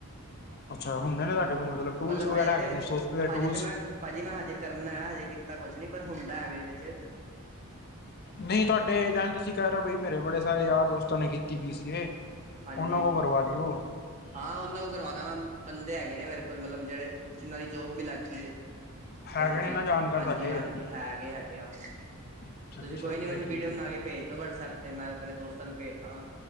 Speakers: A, on the left; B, on the right.
A: ਅੱਛਾ ਹੁੰਦੇ ਨੇ ਤੁਹਾਡੇ
B: ਮਤਲਬ
A: ਕੋਲ ਟੂਲਸ ਵਗੈਰਾ
B: ਹਜੇ
A: ਹੈਗੇ
B: ਤੇ-
A: ਨੇ ਸੋਫਟਵੇਅਰ ਟੂਲਸ
B: ਹਜੇ ਤੇ ਮੈਂ ਭਾਜੀ ਮੈਂ ਹਜੇ ਕਰਨਾ ਏ ਹਜੇ ਕੀਤਾ ਕੁਛ ਨੀ ਪਰ ਹੁੰਦਾ ਐਵੇਂ ਇਹਦੇ ਵਿਚ
A: ਨਹੀਂ ਤੁਹਾਡੇ ਜਾ ਤੁਸੀਂ ਕਹਿ ਰਹੇ ਹੋ ਬਈ ਮੇਰੇ ਬੜੇ ਸਾਰੇ ਯਾਰ ਦੋਸਤਾਂ ਨੇ ਕੀਤੀ, ਬੀ ਸੀ ਏ।
B: ਹਾਂਜੀ।
A: ਉਹਨਾਂ ਕੋਲ ਕਰਵਾ ਦਿਓ
B: ਹਾਂ ਉਹਨਾਂ ਕੋਲੋ ਕਰਵਾ ਦਾਂਗਾ ਬੰਦੇ ਹੈਗੇ ਨੇ ਮੇਰੇ ਕੋਲ ਮਤਲਬ ਜਿਹੜੇ ਜਿਨਾਂ ਦੀ ਜੋਬ ਵੀ ਲੱਗ ਗਈ ਐ।
A: ਹੈਗੇ
B: ਐਸੀ ਚੀਜ਼
A: ਨੇ ਨਾ ਜਾਣਕਾਰ
B: ਚ, ਹਾਂਜੀ-
A: ਤੁਹਾਡੇ
B: ਹਾਂਜੀ ਹੈਗੇ- ਹੈਗੇ ਆ।
A: ਅੱਛਾ
B: ਤੁਸੀਂ
A: ਅੱਛਾ
B: ਕੋਈ
A: ਫੇਰ
B: ਨੀ ਮੈਨੂੰ
A: ਠੀਕ
B: ਵੀਡੀਓ
A: ਹੈ
B: ਬਣਾ ਕੇ ਭੇਜ ਦਿਓ ਵਟਸਐਪ ਤੇ ਮੈਂ ਆਪਣੇ ਦੋਸਤਾਂ ਨੂੰ ਭੇਜ ਦਾਂਗਾ